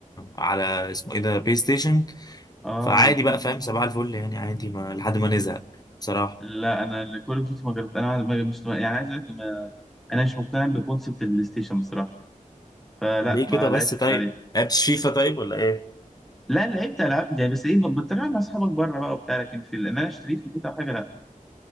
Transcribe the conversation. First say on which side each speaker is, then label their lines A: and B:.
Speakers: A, on the left; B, in the centre.
A: على اسمه ايه ده بلاي ستيشن
B: اه
A: فعادي بقى فاهم صباح الفل يعني عادي ما لحد ما نزهق بصراحه
B: لا انا كول اوف ديوتي ما جربت انا ما مش يعني عايز اقول لك ما انا مش مقتنع بكونسبت البلاي ستيشن بصراحه فلا
A: ليه
B: ما
A: كده بس
B: لعبتش
A: طيب
B: عليه
A: لعبت فيفا طيب ولا ايه
B: لا لعبت العاب يعني بس ايه بتلعب مع اصحابك بره بقى وبتاع لكن في ال- ان انا اشتريه في البيت او حاجه لا